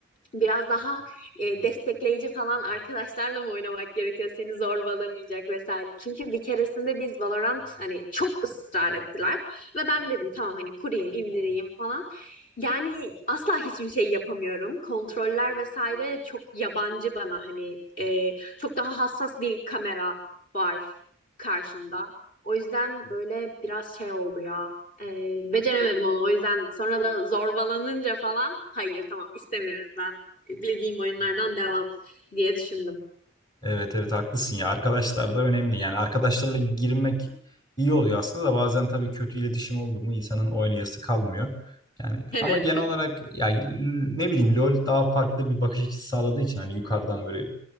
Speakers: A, on the left (about 40°); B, on the left (about 20°).
A: Biraz daha e, destekleyici falan arkadaşlarla mı oynamak gerekiyor? Seni zorbalamayacak vesaire. Çünkü bir keresinde biz Valorant hani çok ısrar ettiler ve ben dedim tamam hani kurayım, indireyim falan. Yani asla hiçbir şey yapamıyorum. Kontroller vesaire çok yabancı bana hani e, çok daha hassas bir kamera var karşımda. O yüzden böyle biraz şey oldu ya. E, beceremedim onu. O yüzden sonra da zorbalanınca falan hayır tamam istemiyorum ben bildiğim oyunlardan devam diye düşündüm. <laughs>
B: Evet evet haklısın ya arkadaşlar da önemli yani arkadaşlarla girmek iyi oluyor aslında da bazen tabii kötü iletişim oldu mu insanın oynayası kalmıyor. Yani
A: Evet.
B: ama genel olarak ya ne bileyim LoL daha farklı bir bakış açısı sağladığı için hani yukarıdan böyle